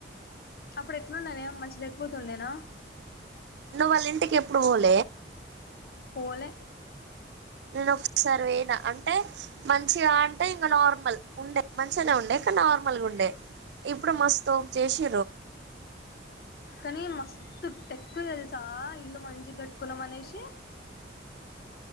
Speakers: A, on the left; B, on the right.
A: అప్పుడు ఎట్లుండనే మంచిగ లేకపోతుండేనా
B: నువ్వు వాళ్ళ ఇంటికి ఎప్పుడు పోవలే
A: పోలే
B: నేను ఒకసారి వేనా అంటే మంచిగా అంటే ఇంకా నార్మల్ ఉండే మంచిగానే ఉండే ఇంకా నార్మల్గా ఉండే ఇప్పుడు మస్తు తోప్ జసి
A: కనీ మస్త్ తుట్ట ఎక్కువ తెలుసా ఇల్లు మంచిగా కట్టుకున్నాం అనేసి